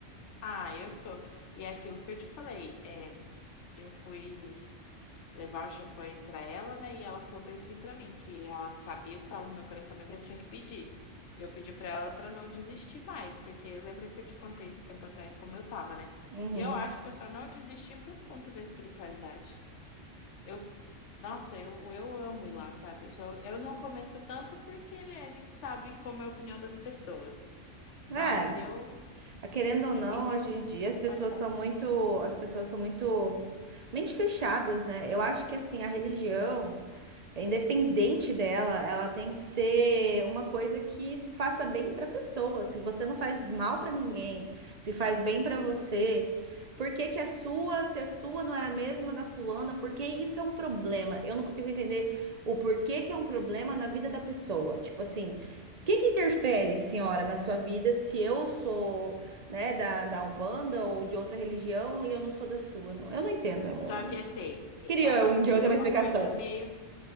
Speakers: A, on the left; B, on the right.
A: Ah, eu tô. E é aquilo que eu te falei, é, eu fui levar o champanhe pra ela, né? E ela falou bem assim pra mim, que ela sabia o que tava no meu coração, mas eu tinha que pedir. E eu pedi pra ela pra não desistir mais, porque lembra que eu te contei esse tempo atrás como eu tava, né?
B: Uhum.
A: E eu acho que eu só não desisti por conta da espiritualidade. Eu, nossa, eu, eu amo ir lá, sabe? Eu sou, eu não comento tanto porque, né, a gente sabe como é a opinião das pessoas. Mas
B: É,
A: eu,
B: querendo ou não,
A: inclusive,
B: hoje em dia as pessoas
A: pode falar.
B: são muito, as pessoas são muito mente fechadas, né? Eu acho que assim, a religião é independente dela, ela tem que ser uma coisa que se faça bem para a pessoa. Se você não faz mal para ninguém, se faz bem para você, por que que a sua, se a sua não é a mesma da fulana, por que isso é um problema? Eu não consigo entender o porquê que é um problema na vida da pessoa. Tipo assim, o que que interfere, senhora, na sua vida se eu sou, né, da, da Umbanda ou de outra religião e eu não sou da sua? Eu não entendo. Eu, eu
A: Só que assim, é-
B: queria
A: a-
B: um dia
A: e
B: eu
A: é
B: ter uma
A: uma
B: explicação.
A: coisa meio,